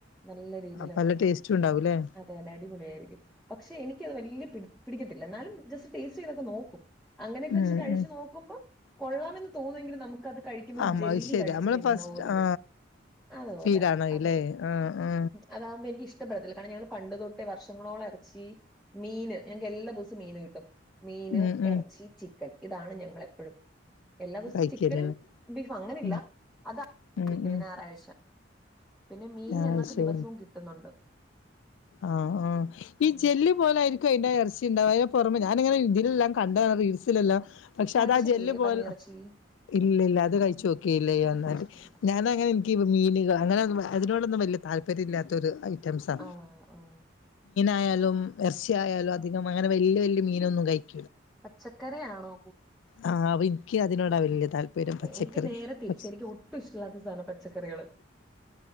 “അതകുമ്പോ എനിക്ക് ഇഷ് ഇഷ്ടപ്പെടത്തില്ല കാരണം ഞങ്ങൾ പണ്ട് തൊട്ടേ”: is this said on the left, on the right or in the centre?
Centre